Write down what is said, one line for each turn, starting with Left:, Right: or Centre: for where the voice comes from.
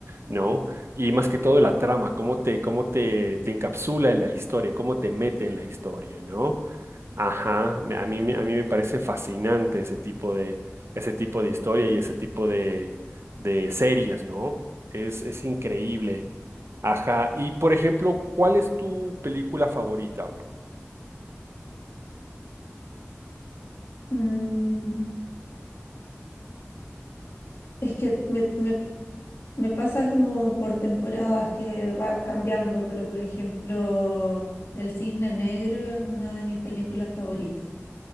Right: ¿no? Y más que todo la trama, cómo te, cómo te, te encapsula en la historia, cómo te mete en la historia, ¿no? Ajá, me- a mí, me- a mí me parece fascinante ese tipo de, ese tipo de historia y ese tipo de, de series, ¿no? Es, es increíble. Ajá, y por ejemplo, ¿cuál es tu película favorita?
Left: Mm, es que me, me- me pasa como por temporadas que va cambiando, pero por ejemplo El Cisne Negro es una de mis películas favoritas.